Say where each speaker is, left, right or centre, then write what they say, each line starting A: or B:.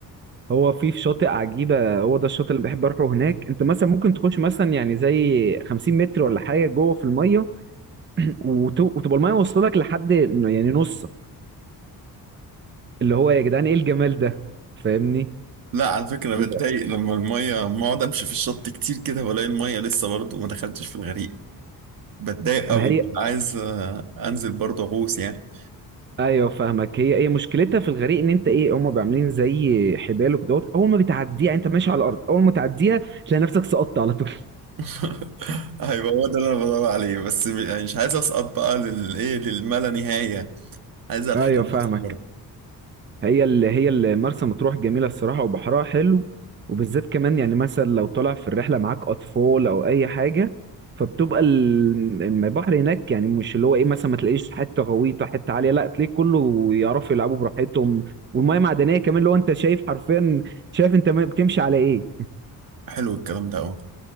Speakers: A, on the right (about 30°); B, on the right (about 65°).
A: هو في في شاطئ عجيبة هو ده الشاطئ اللي بحب أروحه هناك أنت مثلا ممكن تخش مثلا يعني زي 50 متر ولا حاجة جوه في المية وت- وتبقى المية واصلة لك لحد إنه يعني نصك اللي هو يا جدعان إيه الجمال ده فاهمني
B: لا على فكره
A: ال-
B: بتضايق لما الميه لما اقعد امشي في الشط كتير كده والاقي الميه لسه برضه ما دخلتش في الغريق بتضايق
A: ما
B: قوي
A: هي
B: عايز آه، انزل برضه اغوص يعني
A: أيوه فاهمك هي هي مشكلتها في الغريق إن أنت إيه هما بيبقوا عاملين زي حبال وكدهوت أول ما بتعديها يعني أنت ماشي على الأرض أول ما تعديها تلاقي نفسك سقطت على طول
B: <laughs> هيبقى هو ده اللي انا بدور عليه بس م- يعني مش عايز اسقط بقى للايه للما لا نهايه عايز الحق
A: <laughs> أيوه
B: نفسي
A: فاهمك
B: كده
A: هي اللي هي اللي مرسى مطروح جميلة الصراحة وبحرها حلو وبالذات كمان يعني مثلا لو طالع في الرحلة معاك أطفال أو أي حاجة فبتبقى ال- البحر هناك يعني مش اللي هو إيه مثلا ما تلاقيش حتة غويطة حتة عالية لا تلاقيه كله يعرفوا يلعبوا براحتهم والمية معدنية كمان اللي هو أنت شايف حرفيا شايف أنت ما- بتمشي على إيه
B: حلو الكلام ده قوي